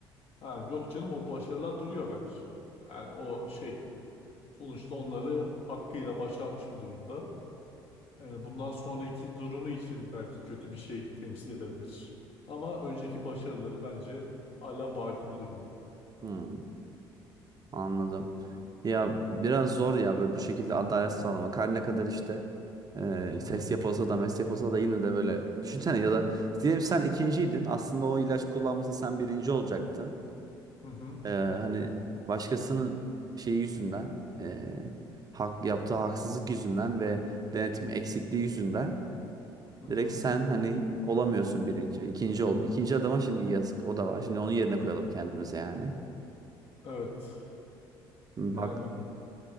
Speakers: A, on the left; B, on the right.
A: Ha, yok canım o başarılar duruyor bence. Yani o şey sonuçta onları hakkıyla başarmış bir durumda. Yani bundan sonraki durumu için belki kötü bir şey temsil edebilir. Ama önceki başarıları bence hala baki bir durumda.
B: Hmm. Anladım. Ya biraz zor ya böyle bu şekilde adalet sağlamak. Her ne kadar işte e,
A: Hı hı
B: ses yapılsa da mes yapılsa da yine de böyle düşünsene ya da diyelim sen ikinciydin. Aslında o ilaç kullanmasa sen birinci olacaktın.
A: hı hı.
B: E, hani başkasının şeyi yüzünden e, hak, yaptığı haksızlık yüzünden ve denetim eksikliği yüzünden
A: hı hı.
B: direkt sen hani olamıyorsun birinci. ikinci ol. İkinci adama şimdi yazık o da var. Şimdi onun yerine koyalım kendimize yani.
A: Evet.
B: Bak.
A: Yani